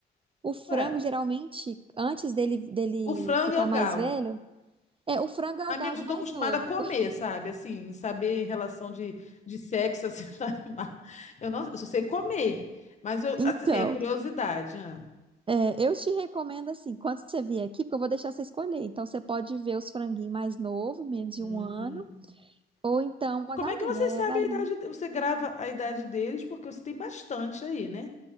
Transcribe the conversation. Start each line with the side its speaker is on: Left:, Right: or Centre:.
Right: O frango
Left: Ué,
Right: geralmente antes dele dele
Left: o frango
Right: ficar
Left: é o galo.
Right: mais velho, é o frango é
Left: Amigos,
Right: o galo
Left: eu
Right: mais
Left: tô acostumada
Right: novo.
Left: a comer,
Right: <laughs>
Left: sabe? Assim, saber em relação de, de sexo, assim, <laughs> do animal. Eu não, eu só sei comer. Mas eu,
Right: Então,
Left: assim, é curiosidade, né?
Right: É, eu te recomendo assim, quando você vier aqui, porque eu vou deixar você escolher. Então você pode ver os franguinhos mais novos, menos de
Left: Hum.
Right: um ano, ou então a
Left: Como
Right: galinha.
Left: é que vocês
Right: É
Left: sabem
Right: a galinha.
Left: a idade? de- Você grava a idade deles porque você tem bastante aí, né?